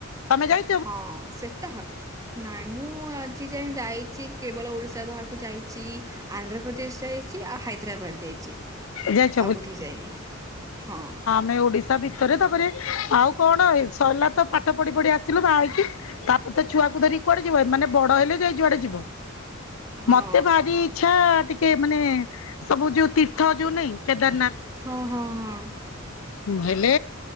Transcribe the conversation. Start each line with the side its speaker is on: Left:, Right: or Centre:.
Left: ତମେ ଯାଇ।
Right: ହଁ ସେଟା ହବ ନାଇଁ ମୁଁ ଆଜି ଯାଏଁ ଯାଇଚି କେବଳ ଓଡ଼ିଶା ବାହାରକୁ ଯାଇ ଚି ଆନ୍ଧ୍ରପ୍ରଦେଶ ଯାଇଚି ଆଉ ହାଇଦ୍ରାବାଦ ଯାଇଚି। ଆଉ
Left: ଯାଇଛ
Right: କୋଉଠିକି ଯାଇନି ହଁ।
Left: ନାଇଁ ଓଡିଶା ଭିତରେ ତାପରେ ଆଉ କଣ ଏଇ ସରିଲା ତ ପାଠ ପଢି ପଢି ଆସିଲୁ ବାହା ହେଇକି। ତାପରେ ତ ଛୁଆକୁ ଧରିକି କୁଆଡେ ଯିବ ଏମାନେ ବଡ ହେଲେ ଯାଇ ଯୁଆଡେ ଯିବ।
Right: ହଁ
Left: ମତେ ଭାରି ଇଚ୍ଛା ଟିକେ ମାନେ ସବୁ ଯୋଉ ତୀର୍ଥ ଯୋଉ ନାଇଁ କେଦାରନାଥ।
Right: ହଁ-ହଁ-ହଁ।
Left: ହୁଁ ହେଲେ।